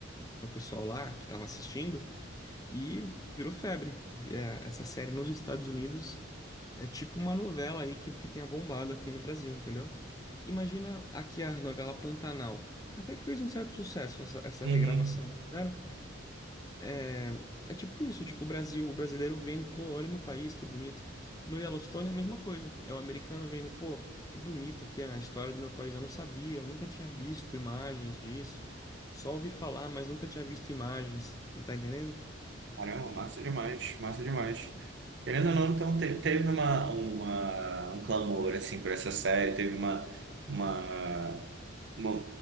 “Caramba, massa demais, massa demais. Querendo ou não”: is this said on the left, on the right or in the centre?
Right